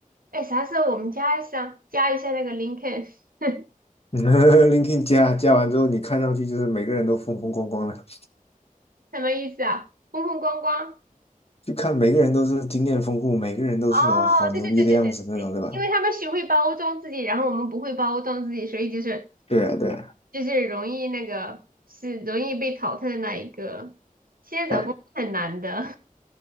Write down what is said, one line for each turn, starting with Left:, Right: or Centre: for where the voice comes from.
Right: 哎，啥时候我们加一下加一下那个 l i n c o l n <laughs>
Left: <laughs>，LinkedIn 加加完之后，你看上去就是每个人都风风光光的。
Right: 什么意思啊？风风光光。
Left: 就看每个人都是经验丰富，每个人都是哦好牛逼的样子那种，
Right: 哦，对对对对对对，
Left: 对吧？
Right: 因为他们学会包装自己，然后我们不会包装自己，所以就是
Left: 对啊，对啊，
Right: 就是容易那个是容易被淘汰的那一个。现在找工作很难的，
Left: 哎，